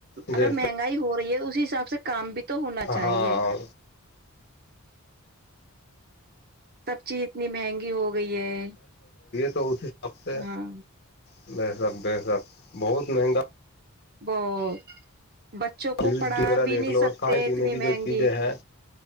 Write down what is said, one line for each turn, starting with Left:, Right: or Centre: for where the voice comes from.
Left: بےشک
Right: اگر مہنگائی ہو رہی ہے اسی حساب سے کام بھی <unintelligible> تو ہونا
Left: ہاں
Right: چاہیے <unintelligible> سب چیز <inaudible> اتنی مہنگی ہو گئی ہے <unintelligible>
Left: چوسے <inaudible> سب سے
Right: ہاں
Left: <unintelligible> ب <inaudible> سک بے سک بہت <unintelligible> مہنگا <inaudible>
Right: ب <unintelligible> بچوں کو
Left: وغیرہ
Right: پڑھا بھی
Left: دیکھ
Right: نہیں
Left: لو
Right: سکتے
Left: اور کھانے
Right: ہیں
Left: پینے
Right: اتنی
Left: کی جو
Right: مہنگی
Left: چیزیں ہیں